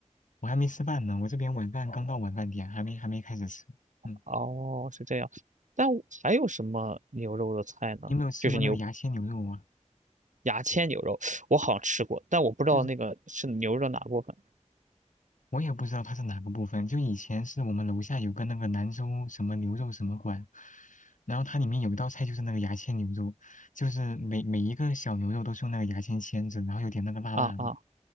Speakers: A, on the left; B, on the right.
A: 我还没吃饭呢，我这边晚饭刚到晚饭点，还没还没开始吃。嗯，
B: 哦，是这样。但我还有什么牛肉的菜呢？
A: 你有没有吃过那个牙签牛肉啊？
B: 就是牛牙签牛肉，我好像吃过，但我不知道那个是牛肉的哪部分。
A: 就是我也不知道它是哪个部分。就以前是我们楼下有个那个兰州什么牛肉什么馆，然后它里面有一道菜就是那个牙签牛肉，就是每每一个小牛肉都是用那个牙签签着，然后有点那个辣辣的。
B: 啊啊